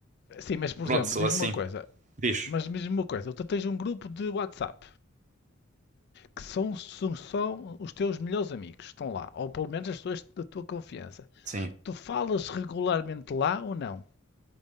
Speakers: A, on the left (about 55°); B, on the right (about 35°).
A: Sim, mas por
B: pronto,
A: exemplo,
B: sou
A: diz-me
B: assim.
A: uma coisa.
B: Diz.
A: Mas diz-me uma coisa. Tu tens um grupo de WhatsApp que são, são, são os teus melhores amigos. Estão lá. Ou pelo menos as pessoas da tua confiança.
B: Sim.
A: Tu falas regularmente lá ou não?